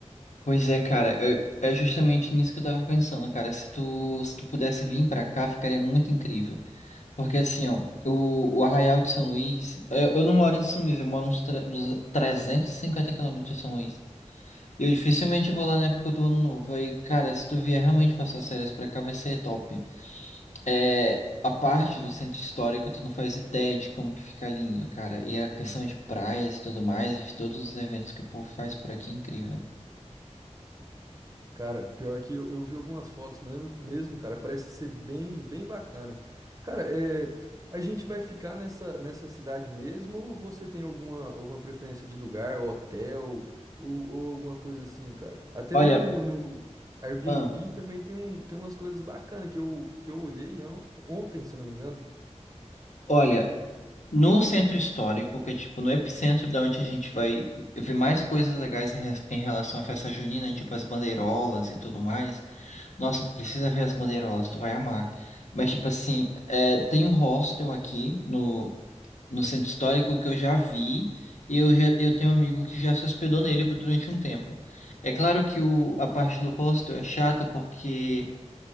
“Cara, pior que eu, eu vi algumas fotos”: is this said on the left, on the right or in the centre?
Right